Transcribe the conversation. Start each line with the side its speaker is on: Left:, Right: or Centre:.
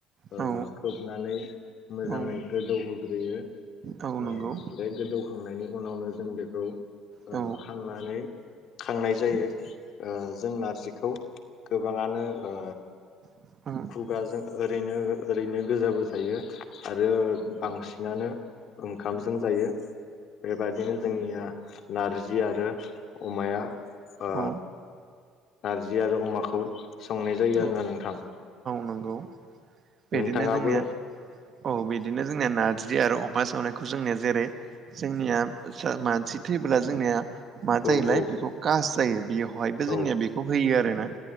Left: ओ
Right: औ
Left: खोबनानै मोजाङै
Right: औ
Left: गोदौहोग्रोयो।
Right: औ नंगौ
Left: ओ बे गोदौखांनायनि उनावनो जों बेखौ ओ
Right: औ
Left: खांनानै खांनाय जायो
Right: औ
Left: जों नारजिखौ गोबाङानो ओ
Right: <unintelligible>
Left: खुगाजों ओरैनो ओरैनो गोजाबो जायो आरो बांसिनानो ओंखामजों जायो। बेबायदिनो जोंनिया नारजि आरो अमाया ओ
Right: औ
Left: नारजि आरो अमाखौ संनाय
Right: औ
Left: जायो आरोना नोंथां
Right: नंगौ बिदिनो
Left: नोंथाङाबो
Right: जोंनिया औ बिदिनो जोंनिया नारजि आरो अमा सावनायखौ जोंनिया जेरै जोंनिया मानसि थैबोब्ला जोंनिया मा जायोलाय
Left: औ औ
Right: बेखौ कास जायो बेवहायबो
Left: औ
Right: जोंनिया बेखौ होयो आरोना